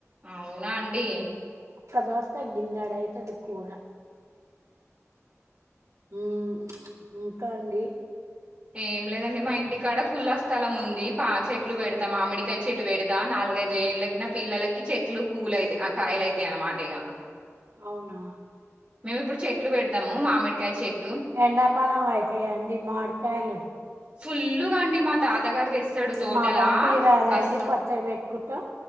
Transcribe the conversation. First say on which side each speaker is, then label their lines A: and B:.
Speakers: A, on the right; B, on the right.
A: అవునా అండి!
B: ఒక్క దోసకాయ గిన్నెడై తది కూర. మ్మ్ ఇంకా అండి
A: ఏం లేదండి. మా ఇంటి కాడ కుల్ల స్థలం ఉంది. పా చెట్లు పెడతా, మామిడికాయ చెట్టు పెడతా నాలుగైదు ఎండ్లకి, నా పిల్లలకి చెట్లు పూవులయితాయి ఆ కాయలయితాయి అన్నమాట ఇగ.
B: అవునా!
A: మేము ఇప్పుడు చెట్లు పెడతాము. మామిడి కాయ చెట్
B: ఎండాకాలం అయితయా అండి? మామిడికాయలు
A: ఫుల్లుగా అండి. మా తాతగారు తెస్ డు తోటలా!
B: మా పంపిరాదండి
A: బస్తాల్,
B: పచ్చడి పెట్టుకుంటాం